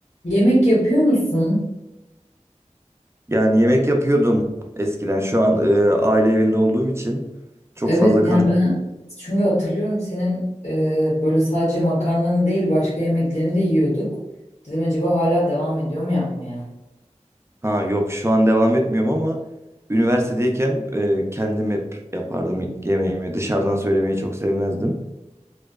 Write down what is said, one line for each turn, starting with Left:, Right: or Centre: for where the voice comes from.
Left: Yemek yapıyor musun?
Right: Yani yemek yapıyordum eskiden. Şu an e, aile evinde olduğum için çok
Left: Evet
Right: fazla kar
Left: yani ben çünkü hatırlıyorum senin e, böyle sadece makarnanı değil başka yemeklerini de yiyorduk. Dedim acaba hala devam ediyor mu yapmaya?
Right: ha yok şu an devam etmiyorum ama üniversitedeyken e, kendim hep yapardım yemeğimi. Dışarıdan söylemeyi çok sevmezdim.